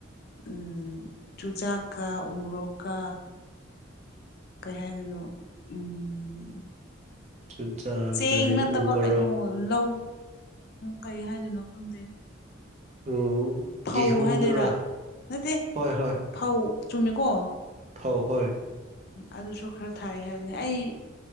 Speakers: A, on the left (about 50°); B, on the right (about 35°).
A: ꯎꯝ ꯆꯨꯖꯥꯛꯀ ꯎꯃꯔꯣꯛꯀ ꯀꯩ ꯍꯥꯏꯗꯣꯏꯅꯣ ꯎꯝ
B: ꯆꯨꯖꯥꯛ
A: ꯆꯦꯡ
B: ꯀꯔꯤ
A: ꯅꯠꯇꯕ
B: ꯎ ꯃꯔꯣꯛ
A: ꯀꯩꯅꯣ ꯂꯧ ꯀꯩ ꯎꯝ ꯍꯥꯏꯗꯣꯏꯅꯣ ꯈꯪꯗꯦ
B: ꯎꯝ
A: ꯐꯧ
B: ꯒꯦꯍꯨꯗꯨꯔꯥ
A: ꯍꯥꯏꯗꯣꯏꯔꯥ ꯅꯠꯇꯦ
B: ꯍꯣꯏ ꯍꯣꯏ
A: ꯐꯧ ꯆꯨꯝꯃꯦꯀꯣ
B: ꯐꯧ ꯍꯣꯏ
A: ꯑꯗꯨꯁꯨ ꯈꯔ ꯊꯥꯏ ꯍꯥꯏꯕꯅꯦ ꯑꯩ